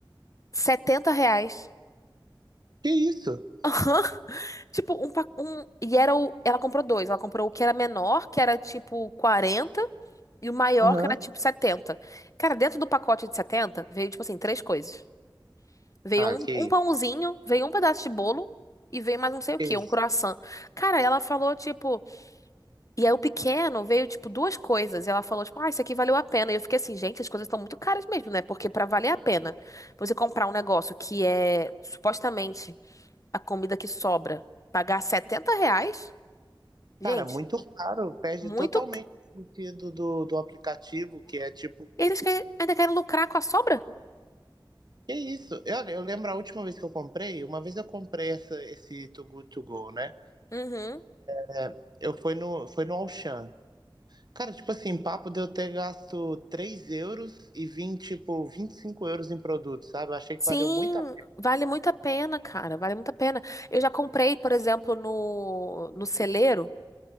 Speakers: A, on the left; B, on the right.
A: 70 reais.
B: Que isso?
A: Aham. Tipo, um, pa- um. E era o. Ela comprou dois. Ela comprou o que era menor, que era tipo quarenta e o maior,
B: Aham.
A: que era tipo setenta Cara, dentro do pacote de 70 veio, tipo assim, três coisas. Veio
B: Ah,
A: um,
B: que
A: um
B: isso.
A: pãozinho, veio um pedaço de bolo e veio mais não sei o
B: Que
A: quê,
B: isso.
A: um croissant. Cara, ela falou, tipo. E aí o pequeno veio, tipo, duas coisas. E ela falou, tipo, ah, isso aqui valeu a pena. E eu fiquei assim, gente, as coisas estão muito caras mesmo, né? Porque pra valer a pena, você comprar um negócio que é supostamente a comida que sobra, pagar 70 reais? Gente,
B: Cara, muito caro. Perde
A: muito.
B: totalmente
A: c-
B: o sentido do, do aplicativo, que é tipo.
A: Eles querem- ainda querem lucrar com a sobra?
B: Que isso? Eu, eu lembro a última vez que eu comprei, uma vez eu comprei essa, esse Too Good To Go, né?
A: Uhum.
B: É, Eu fui no, foi no Auchan. Cara, tipo assim, papo de eu ter gasto 3 euros e vim, tipo, 25 euros em produtos, sabe? Eu achei
A: Sim,
B: que valeu muito a pena.
A: vale muito a pena, cara. Vale muito a pena. Eu já comprei, por exemplo, no, no celeiro.